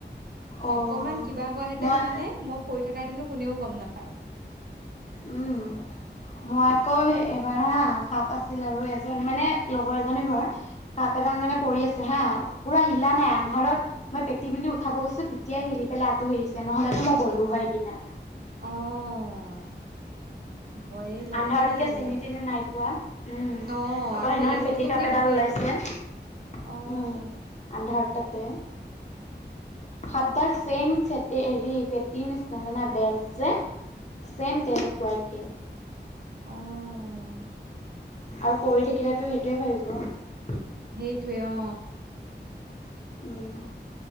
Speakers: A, on the left; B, on the right.
A: অ',
B: অকমান কিবা হোৱাহেঁতেনো
A: মই
B: মানে মই পঢ়ি থাকাহেঁতেনো কোনেও গম নাপায়।
A: উম। মই আকৌ এবাৰ হা সাপ আছিল আৰু এজনী মানে লগৰ এজনী ঘৰ, সাপ ডাল মানে পৰি আছে হা। পুৰা হিলা নাই আন্ধাৰত মই পেটী বুলি উঠাব গৈছোঁ তেতিয়াই হিলি পেলাই আতঁৰি আহিছ ছে তেনেহ'লেতো মই গ'লো হয় সেইদিনা।
B: অ'। ভয়ে লাগে
A: আন্ধাৰত
B: দেই
A: এতিয়া
B: এইবিলাক।
A: চিনি তিনি নাই পোৱা উম
B: অ',
A: আকৌ
B: আৰু
A: সেইদিনাখন
B: বেলেগ
A: ফেটি
B: বস্তু
A: সাঁপ
B: বুলি
A: এডাল
B: ভাবে
A: ওলাইছে। উম
B: অ',
A: আন্ধাৰত তাতে। সাপডাল চেম ফেঁটী হেৰি পেটি নিচিনা বেল্ট যে চেম তেনেকোৱা একেই।
B: অহ।
A: আৰু পৰি থাকিলেটো সেইটোয়ে ভাবিব ন।
B: সেইটোৱে অ।
A: উম।